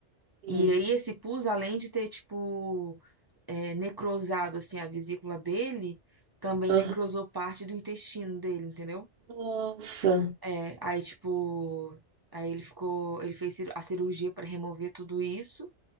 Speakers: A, on the right; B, on the right.
A: assim.
B: E aí, esse pus, além de ter, tipo, é, necrosado assim a vesícula dele, também
A: Aham.
B: necrosou parte do intestino dele, entendeu?
A: Nossa.
B: É, aí, tipo, aí ele ficou, ele fez cir- a cirurgia para remover tudo isso.